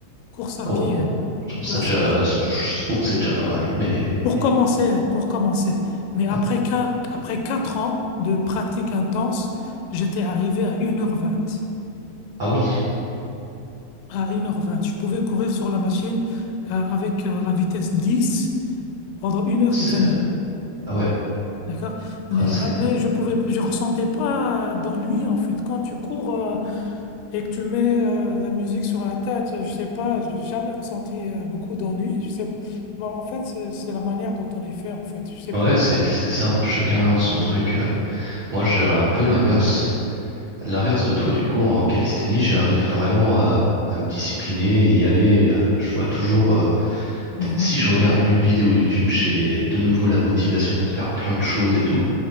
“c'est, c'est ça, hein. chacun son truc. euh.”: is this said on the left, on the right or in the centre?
Right